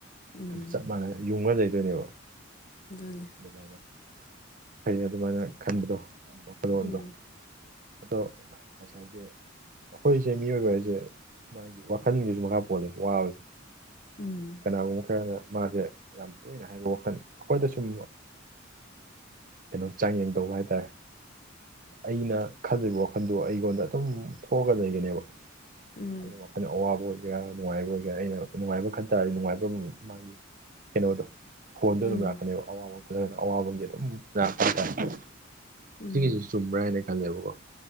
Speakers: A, on the left (about 40°); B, on the right (about 45°).
A: ꯎꯝ
B: ꯆꯞ ꯃꯥꯟꯅꯅ ꯌꯨꯡꯉ ꯂꯩꯗꯣꯏꯅꯦꯕ
A: ꯑꯗꯨꯅꯦ
B: ꯑꯗꯨꯃꯥꯏꯅ ꯐꯩ ꯑꯗꯨꯃꯥꯏꯅ ꯈꯟꯕꯗꯣ ꯋꯥꯈꯜꯂꯣꯟꯗꯣ
A: ꯎꯝ
B: ꯑꯗꯣ ꯉꯁꯥꯏꯒꯤ ꯑꯩꯈꯣꯏꯁꯦ ꯃꯤꯑꯣꯏꯕ ꯍꯥꯏꯁꯦ ꯃꯥꯒꯤ ꯋꯥꯈꯜꯒꯤꯁꯨ ꯃꯈꯥ ꯄꯣꯜꯜꯂꯤꯦ ꯋꯥꯕꯖꯦ
A: ꯎꯝ
B: ꯀꯅꯥꯒꯨꯝꯕ ꯈꯔꯅ ꯃꯥꯁꯦ ꯌꯥꯝ ꯇꯣꯏꯅ ꯍꯥꯏꯕ ꯋꯥꯈꯜ ꯑꯩꯈꯣꯏꯗ ꯁꯨꯝ ꯀꯩꯅꯣꯝ ꯆꯥꯡꯌꯦꯡ ꯇꯧꯕ ꯍꯥꯏꯇꯥꯔꯦ ꯑꯩꯅ ꯈꯟꯜꯂꯤꯕ ꯋꯥꯈꯟꯗꯣ ꯑꯩꯉꯣꯟꯗ ꯑꯗꯨꯝ ꯊꯣꯛꯑꯒ ꯂꯩꯒꯅꯦꯕ
A: ꯎꯝ
B: ꯑꯩꯅ ꯐꯅ ꯑꯋꯥꯕ ꯑꯣꯏꯒꯦꯔꯥ ꯅꯨꯡꯉꯥꯏꯕ ꯑꯣꯏꯒꯦꯔꯥ ꯑꯩꯅ ꯅꯨꯡꯉꯥꯏꯕ ꯈꯟ ꯇꯥꯔꯗꯤ ꯅꯨꯡꯉꯥꯏꯕ ꯃꯥꯒꯤ ꯀꯩꯅꯣꯗꯣ ꯐꯣꯟꯗꯣ ꯑꯗꯨꯝ
A: ꯎꯝ
B: ꯂꯥꯛꯀꯅꯦꯕ ꯑꯋꯥꯕ ꯈ ꯑꯋꯥꯕꯒꯤ ꯑꯗꯨꯝ ꯂꯥꯛꯄ ꯍꯥꯏꯇꯥ
A: ꯎꯝ
B: ꯁꯤꯒꯤꯁꯤ ꯆꯨꯝꯕ꯭ꯔꯥ ꯍꯥꯏꯅ ꯈꯜꯂꯦꯕꯀꯣ